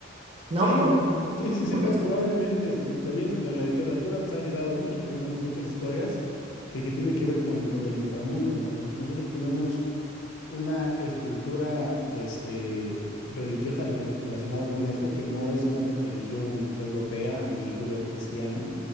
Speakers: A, on the right; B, on the left.
A: ¿no?
B: sí,
A: Por-
B: sí, sí, sí,
A: porque,
B: pero probablemente este, también la, la literatura pues, ha ayudado mucho, tenemos muchas historias que, que tienen que ver con, con el inframundo, ¿no? Nos- nosotros tenemos una estructura de este, religiosa rele- relacionado con esto, que no es una religión europea ni judeocristiana.